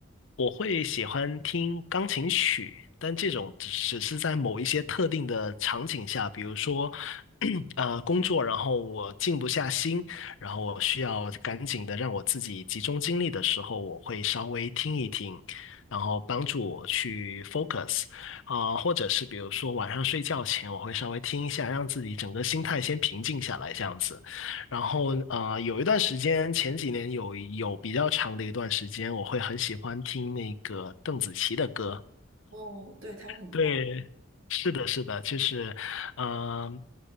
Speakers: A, on the left (about 65°); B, on the right (about 75°).
A: 我会喜欢听钢琴曲，但这种只只是在某一些特定的场景下，比如说，<clears throat> 呃，工作，然后我静不下心，然后我需要赶紧的让我自己集中精力的时候，我会稍微听一听，然后帮助我去 focus，啊、或者是比如说晚上睡觉前，我会稍微听一下，让自己整个心态先平静下来，这样子。然后呃，有一段时间，前几年有有比较长的一段时间，我会很喜欢听那个邓紫棋的歌。
B: 哦，对，他很棒。
A: 对，是的，是的，就是，嗯、